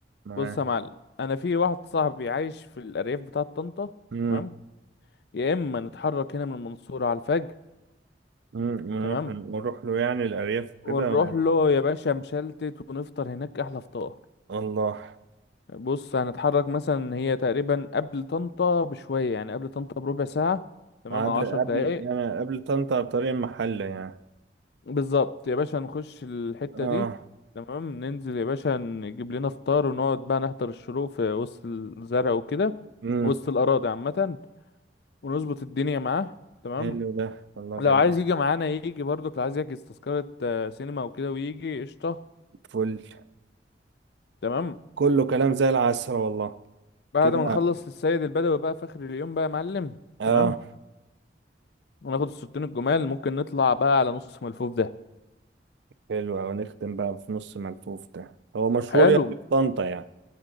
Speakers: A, on the right; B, on the left.
A: معاه
B: بص يا معلم انا في واحد صاحبي عايش في الارياف بتاعة طنطا
A: امم
B: تمام يا اما نتحرك هنا من المنصورة على الفجر
A: ونروح
B: تمام
A: ونروح له يعني الارياف وكده
B: ونروح
A: و-
B: له يا باشا مشلتت ونفطر هناك احلى فطار
A: الله
B: بص هنتحرك مثلا هي تقريبا قبل طنطا بشوية يعني قبل طنطا بربع ساعة تمام
A: قبل
B: او عشر دقايق
A: قبل يعني قبل طنطا بطريق المحلة يعني
B: بالظبط يا باشا نخش الحتة
A: اه
B: دي تمام ننزل يا باشا نجيب لنا فطار ونقعد بقى نحضر الشروق في وسط الزرع وكده
A: امم
B: وسط الأراضي عامة ونظبط الدنيا معاه تمام
A: حلو ده والله
B: لو
A: جميل
B: عايز يجي معانا يجي برضك لو عايز يحجز تذكرة آه، سينما وكده ويجي قشطة
A: فل
B: تمام
A: كله كلام زي العسل والله
B: بعد
A: كده
B: ما نخلص السيد البدوي بقى في آخر اليوم بقى يا معلم
A: اه
B: تمام وناخد الصورتين الجمال ممكن نطلع بقى على نص ملفوف ده
A: حلو أوي نختم بقى في نص ملفوف ده هو مشهور
B: حلو
A: يعني في طنطا يعني